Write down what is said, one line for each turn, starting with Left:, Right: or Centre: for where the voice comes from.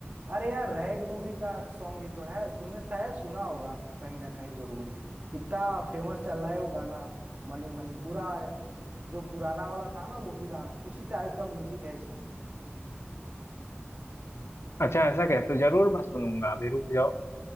Right: अरे यार रेड मूवी का सॉन्ग ही तो है तुमने शायद सुना होगा कहीं ना कहीं जरूर ही इतना फेमस चल रहा है वो गाना मनी मनी पूरा जो पुराना वाला था ना लुंगी डांस उसी टाइप का म्यूजिक है इसमें
Left: अच्छा ऐसा कह तो जरूर मैं सुनूंगा अभी रुक जाओ